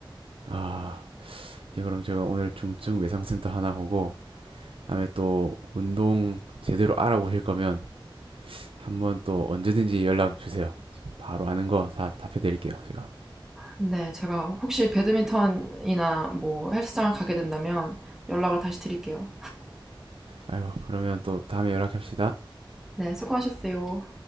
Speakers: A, on the right (about 90°); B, in the centre.
A: 아, 이 그럼 제가 오늘 중증 외상센터 하나 보고 다음에 또 운동 제대로 알아보실 거면 한번 또 언제든지 연락 주세요. 바로 아는 거 다 답해드릴게요, 제가.
B: 네, 제가 혹시 배드민턴이나 뭐 헬스장을 가게 된다면 연락을 다시 드릴게요.
A: 아이고 그러면 또 다음에 연락합시다.
B: 네, 수고하셨어요.